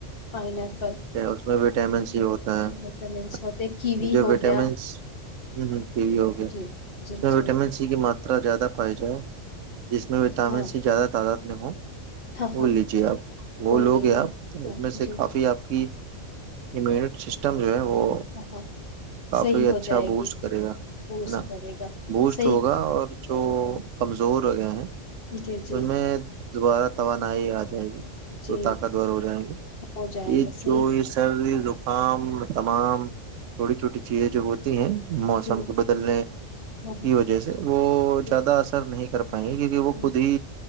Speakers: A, on the left; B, on the right.
A: فائن آرٹ
B: ہے اس میں وٹامن سی ہوتا ہے
A: وٹامنس ہوتے کیوی
B: جو
A: ہو
B: وٹامن
A: گیا
B: ہ پ وی ہو گیا
A: جی جی
B: اس میں وٹامن
A: جی
B: سی ماترا زیادہ پے جس میں وٹامن
A: ہاں
B: سی زیادہ تعداد نوں
A: ہاں
B: بول
A: ہاں
B: لیجے آپ وہ لوگ
A: لینی
B: ہیں آپ اس
A: ہاں
B: میں سے
A: جی
B: کافی آپ امیونٹی سسٹم جو ہے وہ
A: ہاں ہاں
B: کافی
A: صحیح
B: اچھا
A: ہو جائے
B: بوسٹ
A: گی
B: کرے گا ہے
A: بوسٹ
B: نا
A: کرے گا
B: بوسٹ
A: صحیح
B: ہوگا اور
A: کیا
B: جو
A: گیا
B: کمزور ہو گئے ہیں
A: جی جی
B: ان میں دوبارہ توانائی آ جائے گی
A: جی
B: تو طاقتور ہو جائیں گے
A: ہو جائیں
B: یہ
A: گے صحیح
B: جو یہ سردی زکام تمام چھوٹی چھوٹی چیزیں جو ہوتی ہیں موسم
A: جی
B: کو بدلنے
A: ہاں ہاں
B: کی وجہ سے وہ
A: جی
B: زیادہ اثر نہیں کر پات کہ کہ کہ وہ
A: جی
B: خودی